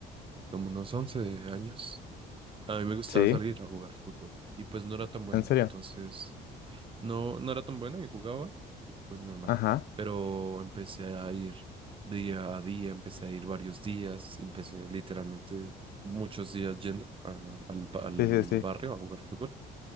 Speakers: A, on the right; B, on the left.
A: como unos once años, a mí me gustaba
B: Sí,
A: salir a jugar fútbol y pues no era tan bueno.
B: en serio.
A: Entonces, no, no era tan bueno y jugaba y pues normal.
B: Ajá.
A: Pero empecé a ir día a día, empecé a ir varios días, empecé literalmente muchos días yendo a- al, pa- al
B: Sí, sí, sí.
A: barrio a jugar fútbol.